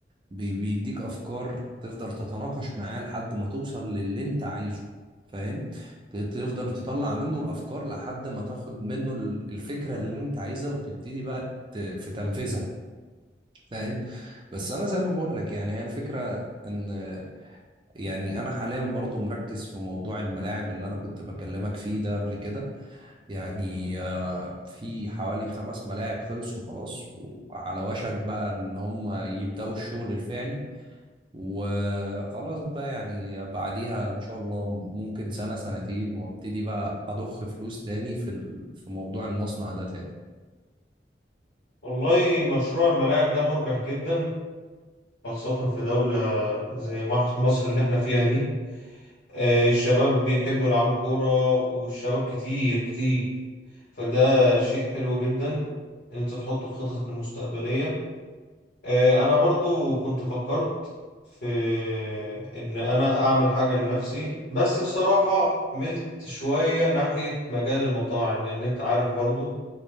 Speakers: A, on the right (about 25°); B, on the left (about 80°).
A: بي- بيديك افكار تفضل تتناقش معاه لحد ما توصل للي انت عايزه فاهم ت- تفضل تطلع منه الافكار لحد ما تاخد منه ال- الفكره اللي انت عايزها وتبتدي بقى ت- في تنفيذها فاهم بس انا زي ما بقول لك يعني هي الفكره ان يعني انا حاليا برضو مركز في موضوع الملاعب اللي انا كنت بكلمك فيه ده قبل كده يعني آه، في حوالي خمس ملاعب خلصوا خلاص وعلى وشك بقى ان هم يبداوا الشغل الفعلي وخلاص بقى يعني بعديها ان شاء الله ممكن سنة سنتين وابتدي بقى اضخ فلوس تاني في ال- في موضوع المصنع ده تاني
B: والله مشروع الملاعب ده مربح جدا خاصة في دولة زي مح- مصر اللي احنا فيها دي آه، الشباب بيحبوا يلعبوا كورة والشباب كتير كتير فده شيء حلو جدا ان انت تحطه في خططك المستقبلية آه، انا برضو كنت فكرت في ان انا اعمل حاجة لنفسي بس بصراحة ملت شوية ناحية مجال المطاعم لان انت عارف برضو